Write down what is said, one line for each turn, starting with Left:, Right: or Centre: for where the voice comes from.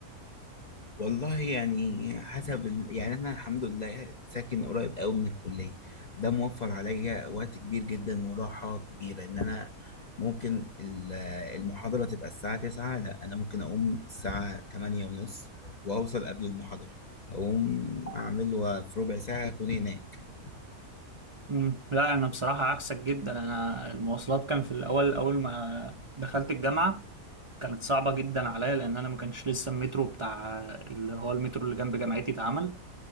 Left: والله يعني حسب ال... يعني انا الحمد لله ساكن قريب قوي من الكليه ده موفر عليا وقت كبير جدا وراحه كبيره ان انا ممكن ال- المحاضره تبقى الساعه 9 لا انا ممكن اقوم الساعه 8 ونص واوصل قبل المحاضره اقوم اعمل وفي ربع ساعه اكون هناك
Right: امم لا انا بصراحه عكسك جدا انا المواصلات كان في الاول اول ما دخلت الجامعه كانت صعبة جدا عليا لأن أنا ما كانش لسه المترو بتاع اللي هو المترو اللي جنب جامعتي اتعمل